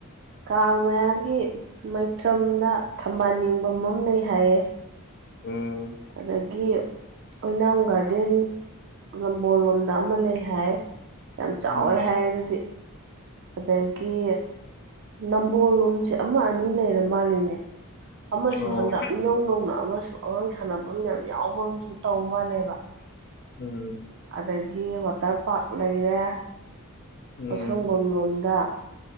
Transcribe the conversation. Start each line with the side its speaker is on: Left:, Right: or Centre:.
Right: ꯀꯥꯡ ꯃꯌꯥꯒꯤ ꯃꯩꯇ꯭ꯔꯝꯗ ꯊꯝꯕꯥꯜ ꯌꯦꯡꯐꯝ ꯑꯃ ꯂꯩ ꯍꯥꯏꯌꯦ
Left: ꯎꯝ
Right: ꯑꯗꯒꯤ ꯑꯣꯏꯅꯥꯝ ꯒꯥꯔꯗ ꯒꯥꯔꯗꯦꯟ ꯅꯝꯕꯣꯜ ꯂꯣꯝꯗ ꯑꯃ ꯂꯩ ꯍꯥꯏ ꯌꯥꯝ ꯆꯥꯎꯋꯦ
Left: ꯎꯝ
Right: ꯍꯥꯏ ꯑꯗꯨꯗꯤ ꯑꯗꯒꯤ ꯅꯝꯕꯣꯜ ꯂꯣꯟꯁꯦ ꯑꯃ ꯑꯅꯤ ꯂꯩꯔ ꯃꯥꯜꯂꯤꯅꯦ ꯑꯃꯁꯨ
Left: ꯑꯣ
Right: ꯍꯟꯗꯛ ꯏꯅꯧ ꯅꯧꯅ ꯑꯃꯁꯨ ꯁ ꯑꯉꯥꯡ ꯁꯥꯟꯅꯅꯕ ꯌꯥꯝ ꯌꯥꯎꯕ ꯑꯃꯁꯨ ꯇꯧ ꯃꯥꯜꯂꯦꯕ
Left: ꯎꯝ
Right: ꯑꯗꯒꯤ ꯋꯥꯇꯔ ꯄꯥꯔꯛ ꯂꯩꯔꯦ
Left: ꯎꯝ
Right: ꯄꯣꯁꯪꯕꯐꯝꯝ ꯂꯣꯝꯗ